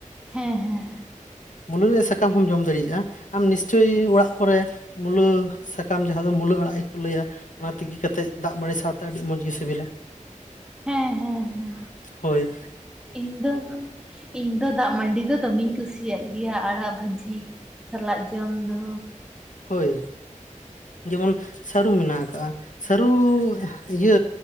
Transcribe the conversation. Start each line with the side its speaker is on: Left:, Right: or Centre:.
Centre: ᱦᱮᱸ-ᱦᱮᱸ ᱾
Left: ᱢᱩᱨᱩ ᱮ ᱥᱟᱠᱟᱢ ᱦᱚᱢ ᱡᱚᱢ ᱫᱟᱲᱤᱭᱟᱜᱼᱟ ᱟᱢ ᱱᱤᱥᱪᱳᱭ ᱚᱲᱟᱜ ᱠᱚᱨᱮ ᱢᱩᱞᱟᱹ ᱥᱟᱠᱟᱢ ᱡᱟᱦᱟᱸ ᱫᱚ ᱢᱩᱞᱟᱹ ᱟᱲᱟᱜ ᱮᱠᱚ ᱞᱟᱹᱭᱟ ᱾ ᱚᱱᱟ ᱛᱤᱠᱤ ᱠᱟᱛᱮᱫ ᱫᱟᱜ ᱢᱟᱹᱰᱤ ᱥᱟᱶᱛᱮ ᱟᱹᱰᱤ ᱢᱚᱸᱡᱽ ᱜᱮ ᱥᱤᱵᱤᱞᱟ
Centre: ᱦᱮᱸ ᱦᱮᱸ ᱦᱮᱸ
Left: ᱦᱚᱭ
Centre: ᱤᱧ ᱫᱚ ᱤᱧ ᱫᱚ ᱫᱟᱜ ᱢᱟᱹᱰᱤ ᱫᱚ ᱫᱚᱢᱮᱹᱧ ᱠᱩᱥᱤᱭᱟᱜ ᱜᱮᱭᱟ ᱟᱲᱟᱜ ᱵᱷᱟᱹᱡᱤ ᱥᱟᱞᱟᱜ ᱡᱚᱢ ᱫᱚ
Left: ᱦᱚᱭ ᱡᱮᱢᱚᱱ ᱥᱟᱹᱨᱩ ᱢᱮᱱᱟᱜ ᱟᱠᱟᱜᱼᱟ ᱥᱟᱹᱨᱩ ᱤᱭᱟᱹ